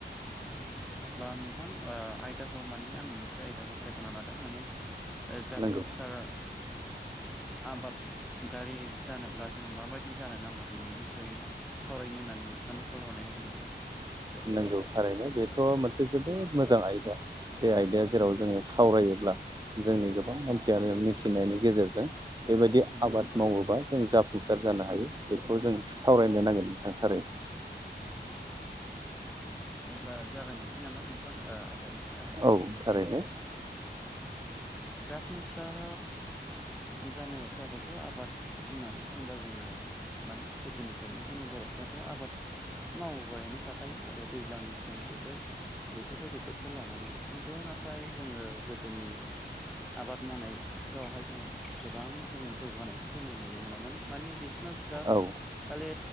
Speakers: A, in the centre; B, on the right.
A: उम। अब्ला नोंथां ओ आयदाखौ माने आं मोनसे आयदाखौ सायख'ना लादों माने ओ जाफुंसार
B: नंगौ
A: ज आबाद दारि जानोब्ला जोङो माबायदि जानो नांगौ बिनि बिसयै सावरायनो होननानै नोंथांनो कल हरनाय जादोंमोन आरो।
B: नोंगौ थारैनो बेथ' मोनसे जोबोद मोजां आयदा जे आयदाया
A: नंगौ
B: जेराव जोङो सावरायोब्ला जोंनि गोबां मानसियानो मिथिनायनि गेजेरजों बेबायदि
A: नंगौ
B: आबाद
A: नोंथां
B: मावोबा जों जाफुंसार जानो हायो बेखौ जों सावरायनो नांगोन नोंथां थारै
A: नोंगौ अब्ला जागायनोसै नामा नोंथां ओ आयदानि सायाव।
B: औ थारैनो।
A: जाफुंसार जानो थाखायथ' आबाद होननानै बुंब्ला जोङो माने गोदोनिफ्रायनो जोङो बर'फ्राथ' आबाद मावबायानो थाखायो आरो दैज्लां मेसें बेथोर बेफोरबायदि बोथोर लानानै खिन्थु नाथाय जोङो गोदोनि आबाद मावनाय फ्रावहाय जोङो गोबां जोङो जौगानायखौ जोङो नुनो मोनामोन माने बिसोरनाव जास्ट
B: औ
A: खाले